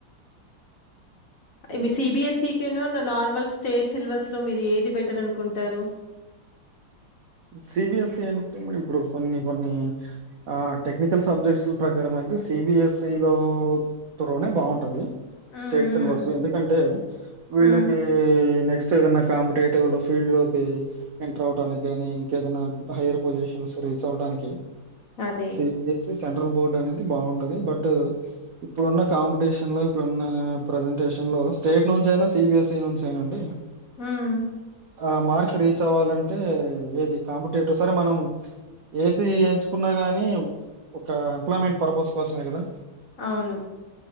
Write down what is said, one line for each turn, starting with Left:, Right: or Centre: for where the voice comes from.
Left: ఇవి సిబిఎస్ఈ నార్మల్ స్టేట్ సిలబస్ లో మీరు ఏది బెటర్ అనుకుంటారు
Right: సిబిఎస్ఈ అంటే మన ఇప్పుడు కొన్ని కొన్ని ఆ టెక్నికల్ సబ్జెక్ట్స్ల ప్రకారం అయితే సిబిఎస్ఈ లో త్వరనే బాగుంటది
Left: హ్మ్.
Right: స్టేట్స్
Left: హ్మ్.
Right: వచ్చ ఎందుకంటే వీళ్ళకి
Left: హ్మ్.
Right: నెక్స్ట్ ఏదనా కాంపిటేట్ ఓ ఫీల్ లోకి రావటానికి ఎంటర్ అవటనికి గానీ ఇంకేదైనా హైయర్ పొజిషన్స్ రీచ్ అవడానికి
Left: అదే.
Right: సవి ప్లస్ సన్ తో బోర్డు అనేది బాగుంటది బట్ ఇప్పుడున్న కాంపిటీషన్ లో ఇప్పుడున్న ప్రజెంటేషన్ లో స్టేట్ నుంచి అయినా సిబిఎస్ఈ నుంచి అయినా అండి
Left: హ్మ్.
Right: ఆ మర్క్ రీచ్ కావాలంటే ఏది కాంపిటేటివ్ సరే మనం ఏసీ ఎంచుకున్నా గాని ఒక ఎంప్లాయ్మెంట్ పర్పస్ కోసమే కదా
Left: అవును.